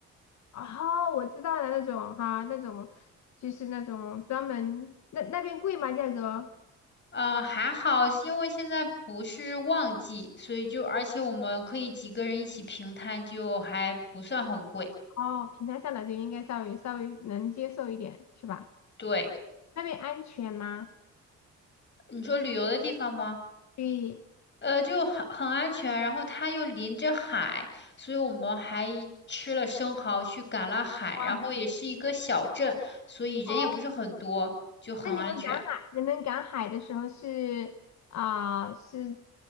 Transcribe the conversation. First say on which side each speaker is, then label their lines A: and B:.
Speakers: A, on the left; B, on the left.
A: 哦，我知道了，那种哈，那种就是那种专门那那边贵吗？价格？
B: 呃，还好，是因为现在不是旺季，所以就而且我们可以几个人一起平摊，就还不算很贵。
A: 哦，平台上来就应该稍微稍微能接受一点，是吧？
B: 对，
A: 那边安全吗？
B: 你说旅游的地方吗？
A: 对。
B: 呃，就很很安全，然后它又临着海，所以我们还吃了生蚝去赶了海，
A: 哇，
B: 然后也是一个小镇，所以人也不是很多，
A: 哦，
B: 就很安全。
A: 那你们赶海，你们赶海的时候是啊、是